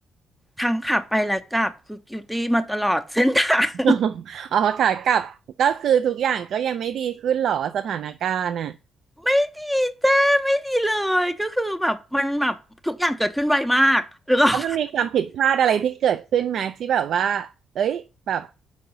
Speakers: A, in the centre; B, on the right.
A: ทั้งขับไปและกลับคือ guilty มาตลอดเส้นทาง
B: <laughs> อ๋อขากลับก็คือทุกอย่างก็ยังไม่ดีขึ้นเหรอสถานการณ์อ่ะ
A: ไม่ดีเจ้ไม่ดีเลยก็คือแบบมันแบบทุกอย่างเกิดขึ้นไวมากหรือก็ <laughs>
B: แล้วมันมีความผิดพลาดอะไรที่เกิดขึ้นไหมที่แบบว่าเอ้ยแบบ